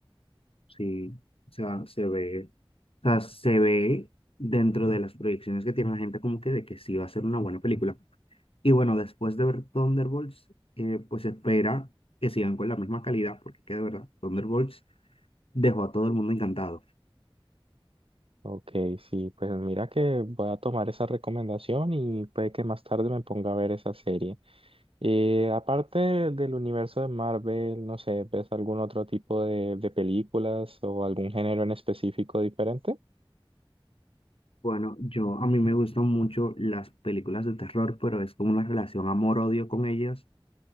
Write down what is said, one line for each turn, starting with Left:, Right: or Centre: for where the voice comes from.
Left: Sí, o sea, se ve, o sea, se ve dentro de las proyecciones que tiene la gente como que de que sí va a ser una buena película. Y bueno, después de ver Thunderbolts, eh, pues se espera que sigan con la misma calidad, porque que de verdad, Thunderbolts Dejó a todo el mundo encantado.
Right: Ok, sí, pues mira que voy a tomar esa recomendación y puede que más tarde me ponga a ver esa serie. Y aparte del universo de Marvel, no sé, ¿ves algún otro tipo de, de películas o algún género en específico diferente?
Left: Bueno, yo a mí me gustan mucho las películas de terror, pero es como una relación amor-odio con ellas,